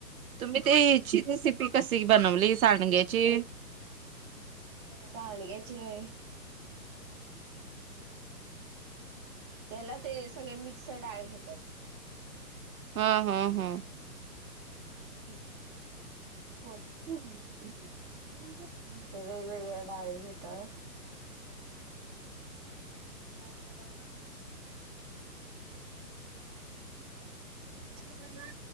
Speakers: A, on the right; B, on the right.
A: तुम्ही ते ह्या ची रेसिपी कशी बनवली सांडग्याची?
B: सांडग्याची होय. त्याला ते सगळे मिक्स डाळ घेतात.
A: हा, हा, हं.
B: ते कोण?
A: हम्म हम्म
B: ते वेगवेगळ्या डाळी घेतात. काय बोला प्र